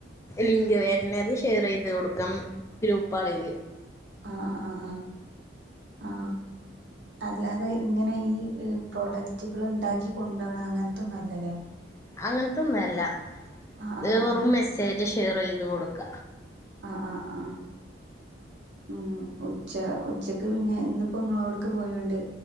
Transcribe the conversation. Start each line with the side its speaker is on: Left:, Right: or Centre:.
Left: ലിങ്ക് വരണത് ഷെയർ ചെയ്ത് കൊടുക്കാം ഗ്രൂപ്പളയില്
Right: ആ ആ ആ ആ ആ അല്ലാതെ ഇങ്ങനെ ഈ പ്രോഡക്റ്റുകൾ ഉണ്ടാക്കി കൊണ്ടോണം അങ്ങനത്തൊന്നും അല്ലല്ലേ.
Left: അങ്ങനത്തൊന്നുംല്ല
Right: ആ
Left: വെറും
Right: ആ ആ
Left: മെസ്സേജ് ഷെയർ ചെയ്ത് കൊടുക്ക
Right: ആ ആ ആ ഉം ഉച്ച ഉച്ചക്ക് പിന്നെ ഇന്നപ്പോ നിങ്ങളോടുക്ക് പോയോണ്ട്